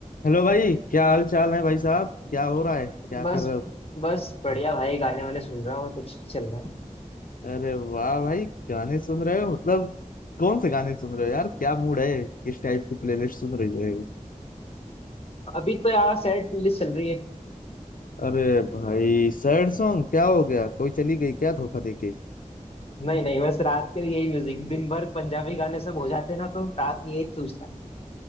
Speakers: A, on the left; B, on the left.
A: Hello भाई क्या हाल चाल है भाई साहब क्या हो रहा है क्या
B: बस
A: कर रहे हो
B: बस बढ़िया भाई गाने वाने सुन रहा हूँ और कुछ नहीं चल रहा है
A: अरे वाह भाई गाने सुन रहे हो मतलब कौन से गाने सुन रहे हो यार क्या मूड है किस टाइप की प्लेलिस्ट सुन रही है
B: अभी तो यार सैड प्लेलिस्ट चल रही है
A: अरे भाई सैड सॉन्ग क्या हो गया कोई चली गई क्या धोखा देके
B: नहीं नहीं बस रात के लिए यही म्यूजिक दिन भर पंजाबी गाने सब हो जाते हैं ना तो रात में यही सूझता है